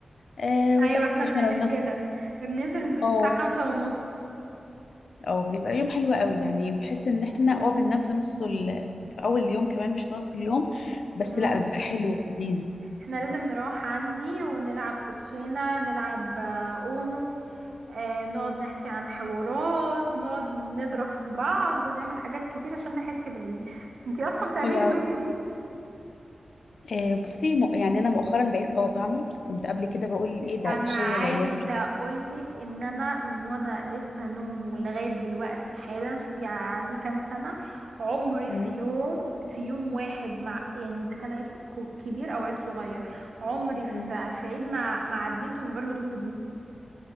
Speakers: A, on the left; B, on the right.
A: آه
B: ايوه
A: وبس
B: احنا
A: احنا
B: بنعمل
A: لو الناس
B: كده بننزل من البيت
A: اه
B: الساعه خمسة ونص
A: اه بيبقى يوم حلو قوي يعني بحس ان احنا اه بننام في نص ال... في اول اليوم كمان مش في نص اليوم بس
B: مم.
A: لا بيبقى حلو ولذيذ
B: احنا لازم نروح عندي ونلعب كوتشينة نلعب آه، اونو آه، نقعد نحكي عن حوارات نقعد نضرب في بعض نعمل حاجات كتير عشان نحس بالعيد انتي اصلا بتعملي
A: حلو قوي
B: هدوم للعيد
A: آه بصي م... يعني انا مؤخرا بقيت اه بعمل كنت قبل كده بقول ايه ده
B: انا
A: ايه الشغل
B: عايزه
A: العيال مش عارفه
B: اقولك ان انا من وانا لسه نون ولغايه دلوقتي حالا شوفي ع- عندي كام سنه عمري
A: إيه.
B: في يوم في يوم واحد مع يعني اذا كان عيد ك- كبير او عيد صغير عمري في
A: مم.
B: في عيد ما ما عديته من غير هدوم